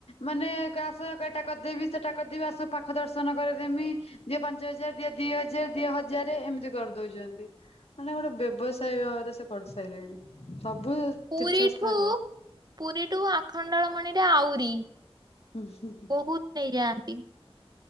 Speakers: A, on the left (about 75°); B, on the right (about 40°).
A: ମାନେ କ ଆସ ଏଟା କରିଦେବି ସେଟା କରିଦେବି ଆସ ପାଖ ଦର୍ଶନ କରେଇଦେମି‌। ଦିଅ ପାଞ୍ଚ ହଜାର ଦିଅ ଦିଅ ହଜାର ଦିଅ ହଜାର ଏମିତି କରିଦୋଉଚନ୍ତି। ମାନେ ଗୋଟେ ବ୍ୟବସାୟୀ ଭାବରେ ସେ କରିସାଇଲେଣି ସବୁ
B: ପୁରୀଠୁ
A: ତୀର୍ଥ ସ୍ଥାନ
B: ପୁରୀଠୁ ଆଖଣ୍ଡଳ ମଣିରେ ଆହୁରି।
A: ଉଁ ହୁଁ।
B: ବୋହୁତ ନେଇଯାଆନ୍ତି।